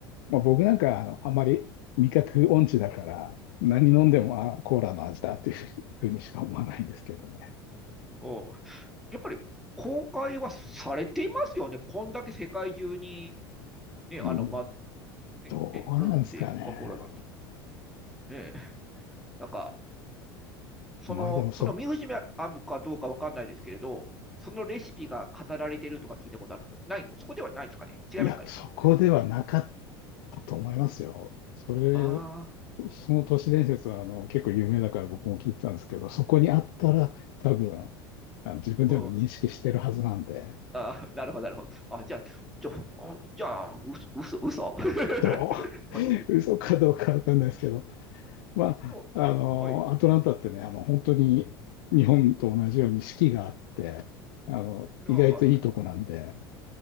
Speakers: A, on the left (about 60°); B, in the centre.
A: まあ、僕なんかあの、あまり味覚音痴だから、
B: うん。
A: 何飲んでも、
B: うん
A: あ、コーラの味だっていうふうにしか思わないんですけどね。
B: うんやっぱり公開はされていますよね。こんだけ世界中にね、
A: いい
B: あの、ま、ねねあるんで、
A: どうなんですかね。
B: コカ・コーラなんてね。なんか、その、
A: まあでもそ、
B: そのミュージアムかどうかわかんないですけれど、そのレシピが飾られてるとか聞いたことあるかない、そこではないんですかね違いますかね
A: いや、そこではなかったと思いますよ。それ
B: あ
A: その都市伝説はあの結構有名だから僕も聞いてたんですけど、そこにあったら多分あの自分でも認識してるはずなんで、
B: あ、うん。ああ、なるほど、なるほど。あ、じゃあ、じゃあ、あじゃあ、う、嘘、嘘
A: ど
B: <laughs> マジで。
A: う <laughs> 嘘かどうかわかんないですけど、まあ、
B: でもはい。
A: あの、アトランタってね、あの、本当に日本と同じように四季があって、
B: うん。
A: あの、
B: ああ、
A: 意外といいとこなんで、
B: はい、はい。